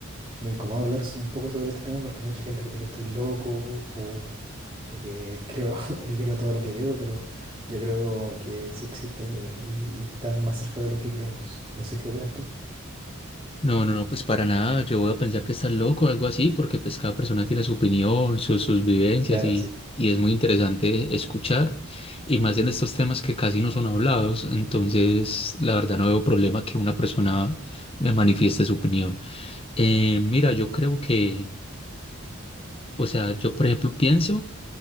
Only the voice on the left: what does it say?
No, no, no, pues para nada. Yo voy a pensar que estás loco o algo así, porque pues cada persona tiene su opinión, sus, sus vivencias
y,
y es muy interesante escuchar. Y más en estos temas que casi no son hablados, entonces la verdad no veo problema que una persona me manifieste su opinión. Eh, mira, yo creo que, o sea, yo por ejemplo pienso